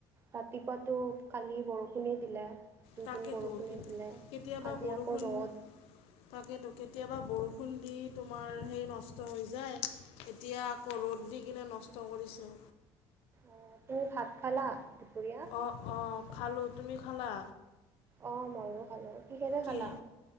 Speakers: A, on the right; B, on the left.
A: ৰাতিপুৱাতো কালি বৰষুণেই দিলে। দুদিন
B: তাকেইতো
A: বৰষুণে দিলে।
B: কেতিয়াবা
A: আজি
B: বৰষুণ-
A: আকৌ ৰ'দ।
B: তাকেতো কেতিয়াবা বৰষুণ দি তোমাৰ সেই নষ্ট হৈ যায়। এতিয়া আকৌ ৰ'দ দি কিনে নষ্ট কৰিছে।
A: অ' তুমি ভাত খালা দুপৰীয়া?
B: অঁ'অঁ' খালোঁ, তুমি খালা?
A: অঁ', ময়ো খালোঁ কিহেৰে
B: কি
A: খালা?